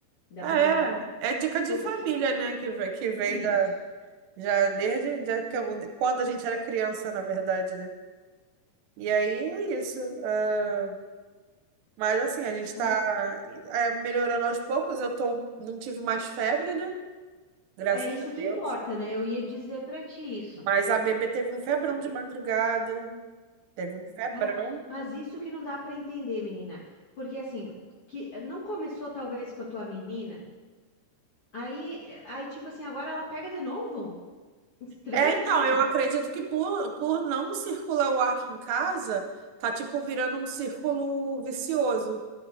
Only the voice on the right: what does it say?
É,
é dica de
família, né? Que, ve- que vem
da, Já desde já que eu- quando a gente era criança, na verdade, né? E aí é isso. ah, mas assim, a gente
tá é, melhorando aos poucos. Eu tô, não tive mais febre, né? Graças
a
Deus.
Mas a bebê teve um febrão
de madrugada. Teve um febrão.
É, então,
eu acredito que por, por não circular o ar aqui em casa, tá tipo virando um círculo vicioso.